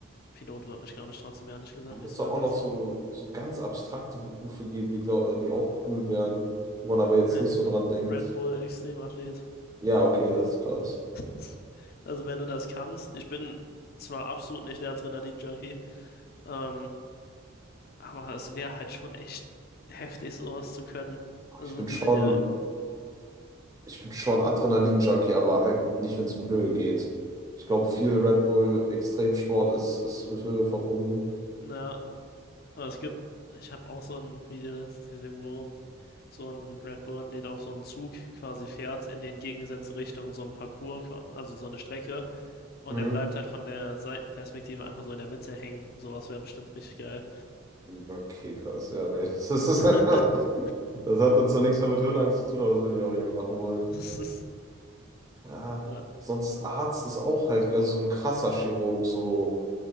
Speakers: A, on the left; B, on the right.
A: Pilot wird mich, glaube ich, trotzdem ehrlich gesagt
B: Da muss
A: nicht so
B: doch
A: interessieren.
B: auch noch so, so ganz abstrakte Berufe geben, die, glaub, die auch cool wären, wo man aber jetzt
A: Red,
B: nicht so
A: Bu-
B: dran denkt.
A: Red Bull Extremathlet.
B: Ja, okay, das ist krass.
A: <laughs> Also wenn du das kannst, ich bin zwar absolut nicht der Adrenalin-Junkie, ähm, aber es wäre halt schon echt heftig, sowas zu können. Also
B: Ich bin
A: die
B: schon,
A: sind ja,
B: ich bin schon Adrenalin-Junkie, aber halt nicht, wenn es um Höhe geht. Ich glaube, viel Red Bull Extremsport ist, ist mit Höhe verbunden.
A: naja, aber es gibt, ich habe auch so ein Video letztens gesehen, wo so ein Red Bull-Athlet auf so einen Zug quasi fährt in die entgegengesetzte Richtung, so ein Parcours, qua- also so eine Strecke, und
B: Mhm.
A: er bleibt halt von der Seitenperspektive einfach so in der Mitte hängen. Sowas wäre bestimmt richtig geil.
B: Okay, krass. Ja, nee. Das ist,
A: <laughs>
B: <laughs> das hat dann zwar nichts mehr mit Höhenangst zu tun, aber das würde ich auch nicht mehr machen wollen.
A: Das ist,
B: Ja,
A: ja.
B: sonst Arzt ist auch halt, also so ein krasser Chirurg, so.